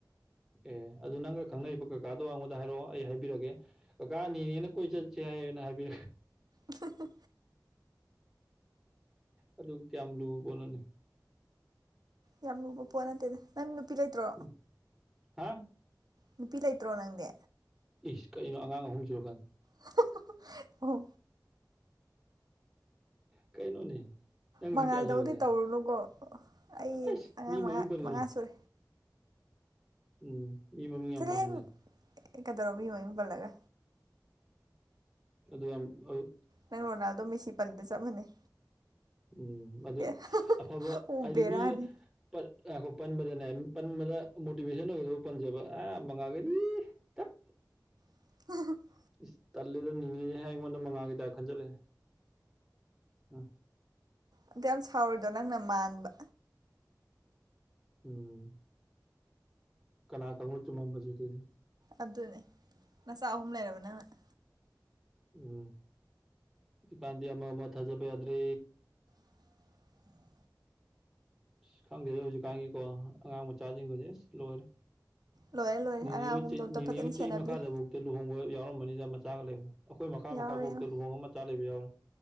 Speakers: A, in the centre; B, on the right.
A: ꯑꯦ ꯑꯗꯨ ꯅꯪꯒ ꯈꯪꯅꯔꯤꯕ ꯀꯀꯥꯗꯣ ꯑꯩꯉꯣꯟꯗ ꯍꯥꯏꯔꯛꯑꯣ ꯑꯩ ꯍꯥꯏꯕꯤꯔꯒꯦ ꯀꯀꯥ ꯅꯤꯅꯦꯅ ꯀꯣꯏ ꯆꯠꯁꯦ ꯍꯥꯢꯅ ꯍꯥꯢꯕꯤ
B: ꯑꯍꯍ
A: ꯑꯗꯨ ꯀꯌꯥꯝ ꯂꯨꯕꯄꯣꯠꯅꯣꯅꯦ
B: ꯌꯥꯝ ꯂꯨꯕ ꯄꯣꯠ ꯅꯠꯇꯦꯗ ꯅꯪ ꯅꯨꯄꯤ ꯂꯩꯇ꯭ꯔꯣ
A: ꯎꯝ ꯍꯥ
B: ꯅꯨꯄꯤ ꯂꯩꯇ꯭ꯔꯣ ꯅꯪꯗꯤ
A: ꯏꯁ ꯀꯩꯅꯣ ꯑꯉꯥꯡ ꯑꯍꯨꯝ ꯁꯨꯔꯀꯥꯟ
B: ꯍꯍ ꯑꯣ
A: ꯀꯩꯅꯣꯅꯦ ꯅꯪꯗꯤ
B: ꯃꯉꯥꯜꯗꯧꯗꯤ
A: ꯀꯌꯥꯁꯨꯔꯒꯦ
B: ꯇꯧꯔꯨꯅꯨꯀꯣ ꯑꯩ
A: ꯑꯩꯁ
B: ꯑꯉꯥꯡ
A: ꯃꯤ ꯃꯃꯤꯡ
B: ꯃꯉꯥ
A: ꯄꯟꯒꯅꯣ
B: ꯃꯉꯥ ꯁꯨꯔꯦ
A: ꯎꯝ ꯃꯤ ꯃꯃꯤꯡ
B: ꯆꯠꯂꯍꯦ
A: ꯌꯥꯝ ꯄꯟꯒꯅꯣ ꯁꯤ
B: ꯀꯩꯗꯧꯔꯕ ꯃꯤ ꯃꯃꯤꯡ ꯄꯜꯂꯒ
A: ꯑꯗꯨ ꯌꯥꯝ ꯑ
B: ꯅꯪ ꯔꯣꯅꯥꯜꯗꯣ ꯃꯦꯁꯤ ꯄꯅꯕ ꯆꯞ ꯃꯥꯟꯅꯩ
A: ꯎꯝ ꯑꯗꯨ
B: ꯑꯦ
A: ꯑꯐꯕ
B: ꯎ
A: ꯍꯥꯏꯗꯤ
B: ꯕꯦꯔꯥꯅꯤ
A: ꯃꯤꯒ ꯄꯟ ꯉꯥꯢꯈꯣ ꯄꯟꯕꯗ ꯅꯦ ꯄꯟꯕꯗ ꯃꯣꯇꯤꯚꯦꯁꯟ ꯑꯣꯏꯒꯗ ꯄꯟꯖꯕ ꯑ ꯃꯉꯥꯜꯒꯗꯤ ꯏꯏ ꯇꯠ
B: <unintelligible>
A: ꯏꯁ ꯇꯜꯂꯦꯗ ꯅꯤꯅꯦꯖꯦ ꯍꯥꯏ ꯑꯩꯉꯣꯟꯗ ꯃꯉꯥꯜꯒꯤ ꯇꯥꯏꯞ ꯈꯟꯖꯜꯂꯦ ꯑꯥ
B: ꯑꯗꯨꯛꯌꯥꯝ ꯁꯥꯎꯔꯤꯗꯣ ꯅꯪꯅ ꯃꯥꯟꯕ
A: ꯎꯝ ꯀꯅꯥ ꯈꯪꯕꯣ ꯆꯨꯝꯃꯝꯕꯖꯨ ꯑꯗꯨꯗꯤ
B: ꯑꯗꯨꯅꯦ ꯅꯆꯥ ꯑꯍꯨꯝ ꯂꯩꯔꯕ ꯅꯪꯅ
A: ꯎꯝ ꯍꯧꯖꯤꯛꯀꯥꯟꯗꯤ ꯑꯃꯃ ꯊꯥꯖꯕ ꯌꯥꯗ꯭ꯔꯦ
B: <inaudible>
A: ꯑꯁ ꯈꯪꯗꯦꯗ ꯍꯧꯖꯤꯛꯀꯥꯟꯒꯤꯀꯣ ꯑꯉꯥꯡ ꯃꯆꯥꯖꯤꯡꯒꯖꯦ ꯑꯁ ꯂꯣꯏꯔꯦ
B: ꯂꯣꯏꯔꯦ ꯂꯣꯏꯔꯦ
A: ꯅꯦꯅꯦ
B: ꯑꯉꯥꯡ
A: ꯍꯣꯏ
B: ꯑꯍꯨꯝꯗꯣ ꯑꯝꯇ
A: ꯅꯦꯅꯦ
B: ꯐꯖꯅ
A: ꯍꯣꯏ ꯆꯍꯤ
B: ꯁꯦꯟꯅꯕꯤꯌꯨ
A: ꯃꯈꯥꯗꯕꯣꯛꯇ ꯂꯨꯍꯣꯡꯕ ꯌꯥꯎꯔꯝꯃꯅꯤꯗ ꯃꯆꯥꯒ ꯂꯩꯕ ꯑꯩꯈꯣꯏ ꯃꯈꯥ
B: ꯌꯥꯎꯔꯦ
A: ꯃꯈꯥꯕꯣꯛꯇ
B: ꯌꯥꯎꯔꯦ
A: ꯂꯨꯍꯣꯡꯉꯥ ꯃꯆꯥ ꯂꯩꯕ ꯌꯥꯎꯔꯦ